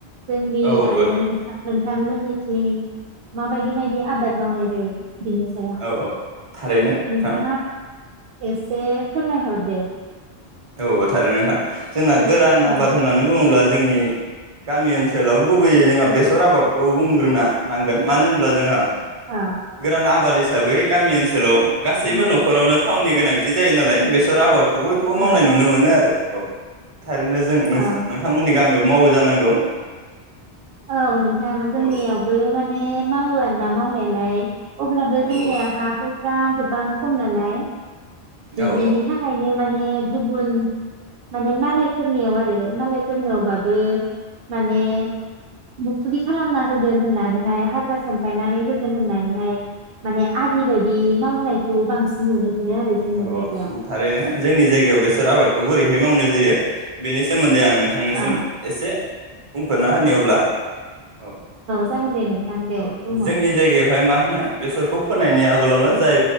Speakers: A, on the right; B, on the right.
A: जोंनि
B: औ
A: आरो
B: औ
A: नोंसा नोंथांमोननिथिं माबायदि बायदि आबाद मावनाय जायो बिनि सायाव।
B: औ औ थारैनो नोंथां
A: नोंथाङा एसे फोरमायहरदो
B: औ औ थारै नोंथां जोंना गोरान
A: औ
B: आबाद होननानै बुङोब्ला जोंनि गामि ओनसोलाव गुबैयै जोंहा बेसर आबादखौ बुंग्रोना नांगोन मानो होनब्ला जोंहा
A: औ
B: गोरान आबाद हिसाबै गामि ओनसोलाव गासैबो
A: औ
B: न'खरावनो थावनि गोनांथि जायो नालाय बेसर आबादखौ बो
A: औ
B: मावनाय नुनो मोनो आरो औ। थारैनो जों नों
A: औ
B: नोंथांमोननि गामियाव मावो जानांगौ।
A: औ नोंथां जोंनियावबो
B: औ
A: माने मावो आरो ना मावनायालाय अब्लाबो
B: औ
A: जोंनिया हा हुफ्रा गो बां खम नालाय
B: औ
A: बिनि थाखायनो माने गुबुन माने मालायफोरनियाव आरो मालायफोरनियावबाबो माने मुखदि खालामना होगोन होननानैहाय हाग्रा सेमफायनानै होगोन होननानैहाय माने आदि बायदि मावनायखौ बांसिन नुनो मोनो आरो जोंनि
B: औ
A: जायगायाव
B: औ थारैनो जोंनि जायगायाव बेसोर आबादखौ बोरै मावनाय जायो बेनि सोमोनदै आं नोंथांनिसिम
A: औ
B: एसे बुंफोरना होनि अब्ला औ
A: जागोन दे नोंथां दे
B: औ
A: बुंहर
B: जोंनि जायगायावहाय मा होनो बेसरखौ फोनायनि आगोलावनो जाय